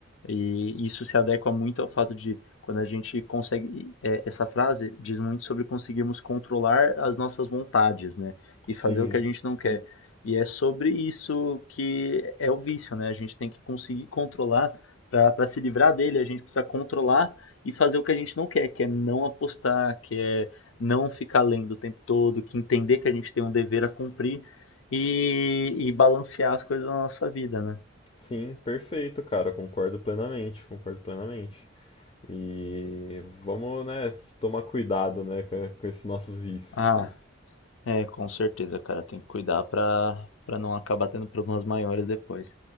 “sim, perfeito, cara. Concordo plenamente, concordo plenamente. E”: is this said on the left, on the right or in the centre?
Left